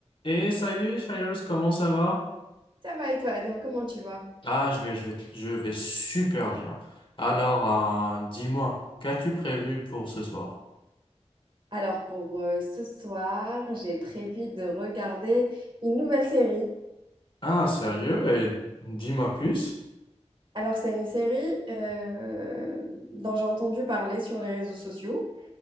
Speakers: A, on the left; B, on the right.
A: Et salut Cyrus, comment ça va?
B: Ça va et toi, Adam, comment tu vas?
A: Ah, je vais, je vais, je vais super bien. Alors, euh, dis-moi, qu'as-tu prévu pour ce soir?
B: Alors pour euh, ce soir, j'ai prévu de regarder une nouvelle série.
A: Ah, sérieux? Et dis-moi plus.
B: Alors c'est une série euh, dont j'ai entendu parler sur les réseaux sociaux.